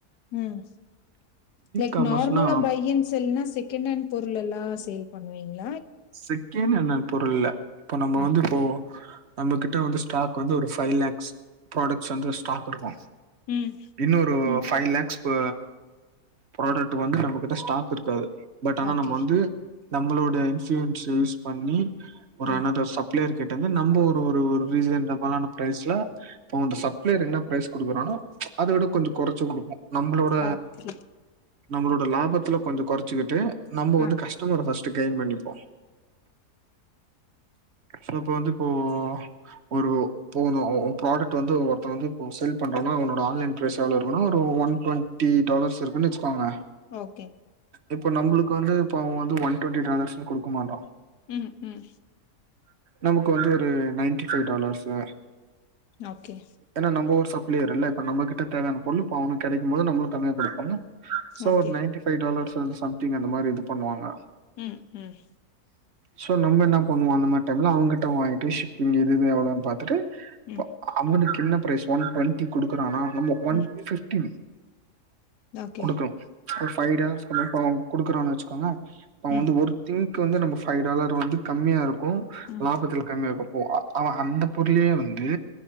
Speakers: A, on the left; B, on the right.
A: ம் லைக்
B: காமர்ஸ்னா
A: நார்மலா பை அண் செல்னா செக் கெண்டெண்ட் பொருளெல்லா சேல் பண்ணுவீங்க
B: செக்கெண்ட் ஹேண்டண்ட் பொருள் இல்ல இப்போ நம்ம
A: ஆ
B: வந்து இப்போ நம்ம கிட்ட வந்து ஸ்டாக் வந்து ஒரு ஃபைவ் லேக்ஸ் ப்ராடக்ட்ஸ் வந்து ஸ்டாக் இருக்கு
A: ம்
B: இன்னொரு ஃபைவ் லேக்ஸ் ப ப்ரோடக்ட் வந்து நம்ம கிட்ட ஸ்டாக் இருக்காது பட் ஆனா
A: ஓகே
B: நம்ம வந்து நம்மளோட இன்சூயன்ஸ யூஸ் பண்ணி ஒரு
A: ம்
B: அனதர் சப் பிளேயர் கிட்டந்து நம்ப ஒரு ஒரு ஒரு ரீசன் டபலான பிரைஸ்ல போ அந்த சப்ளையர் என்ன பிரைஸ் குடுக்குறானோ அத விட கொஞ்சோ கொறச்சி குடுப்போ நம்மளோட
A: ஓகே
B: நம்மளோட லாபத்துல கொஞ்சோ கொறச்சிக்கிட்டு நம்ம வந்து
A: ஆ
B: கஷ் டமர ஃபஸ்டு கெய்ன் பண்ணிப் சோ அப்போ வந்து இப்போ ஒரு போனோ ப்ராடக்ட் வந்து ஒருத்த வந்து இப்போ செல் பண்றானா அவனோட ஆன்லைன் பிரைஸ் எவ்வளோ இருக்குனா ஒரு ஒன் டுவண் டி டாலர்ஸ் இருக்குனு வச்சிக்கோங்க
A: ஓகேங்
B: இப்போ நம்பளுக்கு வந்து இப்போ அவ வந்து ஒன் டுவண்ட்டி டாலர்ஸ்னு குடுக்கமாட்டா
A: ம் ம்
B: நமக்கு வந்து ஒரு நைன்டி ஃபைவ் டாலர்ஸு
A: ஓகே
B: ஏனா நம்ம ஒரு சப்ளையருல்ல இப்ப நம்ம கிட்ட தேவையான பொருளு இப்போ அவனுக் கெடைக்கும்போது நம்மளு கம்மியா குடுப்போல்ல சோ
A: ஓகே
B: ஒரு நைன்டி ஃபைவ் டாலர்ஸ் வந்து சம்திங் அந்த மாரி இது பண்ணுவாங்க
A: ம் ம்
B: சோ நம்ம என்னா பண்ணுவோ அந்த மாரி டைம்ல அவங்கிட்ட வாங்கிட்டு ஷிப்பிங் எதிது எவ்வளோன் பாத்துட்டு
A: ம்
B: போ அவனுக் என்ன பிரைஸ் ஒன் டுவெண்டி குடுக்குறானா நம்ம ஒன்
A: ம்
B: ஃபிஃப்டி
A: ஓகே
B: குடுக்கனு ஒரு ஃபைவ் டாலர்ஸ்கு முன்பணோ அவங்க குடுக்குறானு வச்சுக்கோங்களே இப்போ அவ
A: ம்
B: வந்து ஒரு திங்க் வந்து நம்ம ஃபைவ் டாலர் வந்து கம்மியா இருக்கு
A: ம்
B: லாபத்துல கம்மியாருக்கு அவன் அந்த பொருளயே வந்து